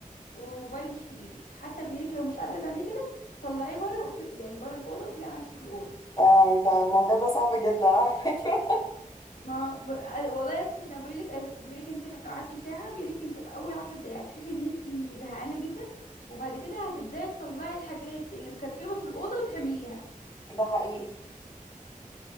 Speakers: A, on the left (about 85°); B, on the left (about 25°).
A: والموبايل مش في ايدك حتى بايدك لو مش قادره تعملي كده طلعيه بره وفي يعني بره الاوضه وقفلي على نفسك الاوضه
B: يا لهوي ده الموضوع ده صعب جدا على فكرة
A: ما ب- والله أساساً انا بيقول لك بيقول لك انت لو قعدتي ساعه بيقول لك انت في اول 10 دقايق هتحسي ان انت زهقانه جدا وبعد كده هتبداي تطلعي الحاجات اللي مكركبه في الاوضه وتحمليها
B: <laughs> ده حقيقي